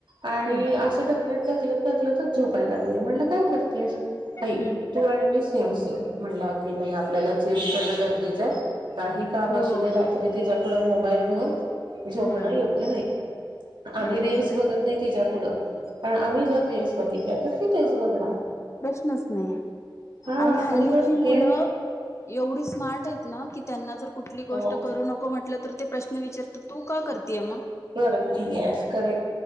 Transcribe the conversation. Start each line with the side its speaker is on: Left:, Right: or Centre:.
Right: आणि
Left: हम्म
Right: असं ढकल ढकलत ढकलतंच झोपायला लागली, म्हणलं काय करतेस? ताई
Left: हम्म
Right: तू आणि मी सेम सेम, म्हणलं <unintelligible> आपल्याला चेंज करणं गरजेचं आहे, काही काम
Left: हो
Right: असू दे रात्री तिच्या पुुढं मोबाईल घेऊन झोपणं
Left: हम्म
Right: योग्य नाही, आम्ही
Left: बरोबर
Right: रील्स
Left: आहे
Right: बघत नाही तिच्या पुुढं. आम्ही जर रिल्स बघितल्या तर ती तेच बघणार.
Left: प्रश्नच नाही.
Right: हा
Left: आणि हल्लीची
Right: बर
Left: मुलं
Right: हे
Left: एवढी स्मार्ट आहेत ना की त्यांना जर कुठली गोष्ट
Right: हो
Left: करू नको म्हटलं तर ते प्रश्न विचारत तू का करतेय मग
Right: करती गॅस करे